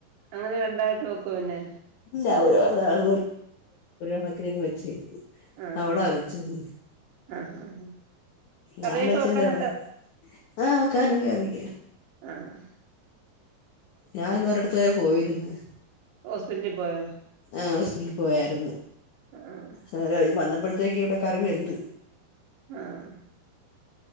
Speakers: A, on the right; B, on the left.
A: അങ്ങനെ രണ്ടായിട്ട് നോക്കോ പിന്നെ
B: ഇല്ല <unintelligible> കണക്കിന് വെച്ച്ത്
A: ആഹ്
B: അവളാ വെച്ചത്
A: ആഹ് ആഹ് കറിയൊക്കെ
B: ഞാൻ വെച്ചത്
A: വെക്കാനൊക്കെ
B: എവിടെ ആഹ് കാനൊക്കെ അറീയെ
A: ആഹ്
B: ഞാൻ ഇന്ന് ഒരിട്ത്ത് വരെ പോയിരിന്ന്
A: ഹോസ്പിറ്റ്ൽ പോയോ
B: ആ ഹോസ്പിറ്റലിൽ പോയായിരുന്നു
A: മ്മ്
B: നേര ഈ വന്നപ്പോഴത്തേക്ക് ഇവിടെ കറിവ് വെന്ത്
A: ആഹ്